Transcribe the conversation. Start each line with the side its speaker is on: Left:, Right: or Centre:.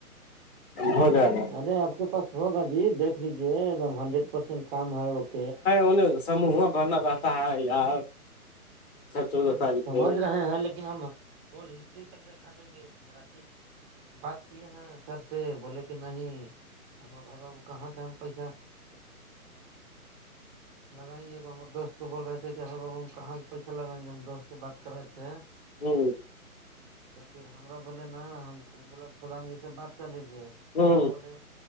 Left: ہو جائے گا
Right: ارے آپ کے پاس ہوگا جی دیکھ لیجے ایک دم ہنڈریڈ پرسینٹ کام ہے اوک
Left: ولے سموہ بننا رہتا ہے یار چودہ
Right: ہم
Left: تاریخ
Right: سمجھ
Left: کے
Right: رہے ہیں لیکن ہم ہول ہسٹری تک دکھا دیں گے ہمرات بات کیے ہیں سر سے بولولے کہ نہیں ہماں بھائی بابو کہاں سے ہم پیسہ
Left: <unintelligible>
Right: لگائیں گے ہم دوست بول رہے کہ ار بابوا کہاں سے پیسہ لگائیں گے ہم دوست سے بات کر رہے تھے
Left: ھمم
Right: تو پھر ہمرا بولے نا ہم ا بولے سدام جی سے بات کر لیجے ہم
Left: ہ
Right: بھی بولے